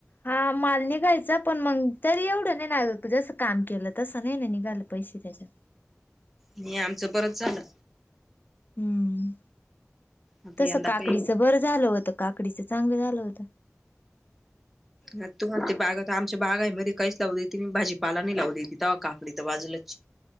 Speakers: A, on the left; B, in the centre.
A: हा माल निघायचा, पण मग तरी एवढं नाही ना गं. जसं काम केलं, तसं नाही ना निघाल पैसे त्याच्यात.
B: नी आमचं बरच झालं.
A: हम्म
B: आता
A: तसं
B: यंदा
A: काकडीच
B: काही
A: बरं झालं होतं काकडीचं चांगलं झालं होतं.
B: हा तु म्हणते बागात आमच्या बागा आहे मध्ये काहीच लावू देतील म भाजीपाला नाही लावू देती तेव्हा काकडी तर बाजूलाच